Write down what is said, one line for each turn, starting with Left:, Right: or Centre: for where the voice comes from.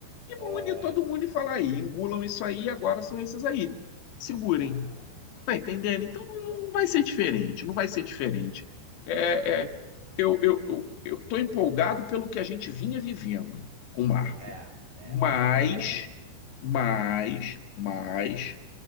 Left: e vão
Right: É,
Left: unir todo mundo e falar aí, engulam isso aí, agora são esses aí. Segurem.
Right: caraca.
Left: Tá entendendo? Então não, não vai ser diferente, não vai ser diferente. É, é, eu, eu, eu, eu tô empolgado pelo que a gente vinha vivendo com Marvel.
Right: É, é,
Left: Mas,
Right: tem uma melhora.
Left: mas, mas,